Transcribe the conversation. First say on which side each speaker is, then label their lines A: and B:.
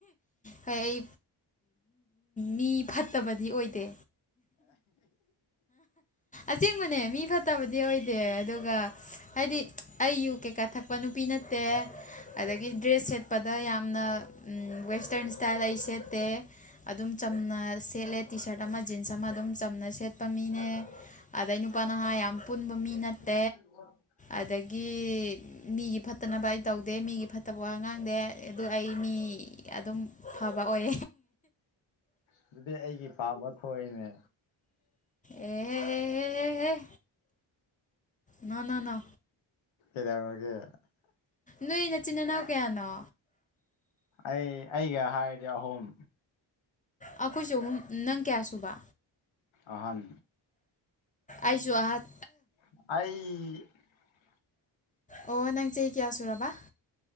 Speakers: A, on the left; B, on the left.
A: ꯍꯣꯏ ꯑꯩ ꯃꯤ ꯐꯠꯇꯕꯗꯤ ꯑꯣꯏꯗꯦ ꯑꯁꯦꯡꯕꯅꯦ ꯃꯤ ꯐꯠꯇ ꯐꯠꯇꯕꯗꯤ ꯑꯣꯏꯗꯦ ꯑꯗꯨꯒ ꯍꯥꯏꯗꯤ ꯑꯩ ꯌꯨ ꯀꯩꯀꯥ ꯊꯛꯄ ꯅꯨꯄꯤ ꯅꯠꯇꯦ ꯑꯗꯨꯗꯒꯤ ꯗ꯭ꯔꯦꯁ ꯆꯠꯄꯗ ꯌꯥꯝꯅ ꯋꯦꯁꯇ꯭ꯔꯟ ꯏꯁ꯭ꯇꯥꯏꯜ ꯑꯩ ꯁꯦꯠꯇꯦ ꯑꯗꯨꯝ ꯆꯝꯅ ꯁꯦꯠꯂꯦ ꯇꯤ ꯁꯥꯔꯠ ꯑꯃ ꯖꯤꯟꯁ ꯑꯃ ꯑꯗꯨꯝ ꯆꯝꯅ ꯁꯦꯠꯄ ꯃꯤꯅꯦ ꯑꯗꯩ ꯅꯨꯄꯥ ꯅꯍꯥ ꯌꯥꯝ ꯄꯨꯟꯕ ꯃꯤ ꯅꯠꯇꯦ
B: <unintelligible>
A: ꯑꯗꯒꯤ ꯃꯤꯒꯤ ꯐꯠꯇꯅꯕ ꯑꯩ ꯇꯧꯗꯦ ꯃꯤꯒꯤ ꯐꯠꯇꯕ ꯋꯥꯉꯥꯡ ꯗ ꯑꯗꯨ ꯑꯩ ꯃꯤ ꯑꯗꯨꯝ ꯐꯕ ꯑꯣꯏ
B: ꯑꯗꯨꯗꯤ ꯑꯩꯒꯤ ꯄꯥꯝꯕ ꯊꯣꯛꯏꯅꯦ
A: ꯑꯦ ꯅ ꯅ ꯅ
B: ꯏ ꯋꯥꯒ
A: ꯅꯣꯏ ꯅꯆꯤꯟ ꯏꯅꯥꯎ ꯀꯌꯥꯅꯣ
B: ꯑꯩ ꯑꯩꯒ ꯍꯥꯏꯔꯗꯤ ꯑꯍꯨꯝ
A: ꯑꯩꯈꯣꯏꯁꯨ ꯑꯍꯨꯝ ꯅꯪ ꯀꯌꯥ ꯁꯨꯕ
B: ꯑꯍꯟ
A: ꯑꯁꯨꯨ ꯑꯍꯥꯛ
B: ꯑꯩ
A: ꯑꯣ ꯅꯪ ꯆꯦ ꯍ ꯀꯌꯥꯁꯨ ꯔꯕꯥ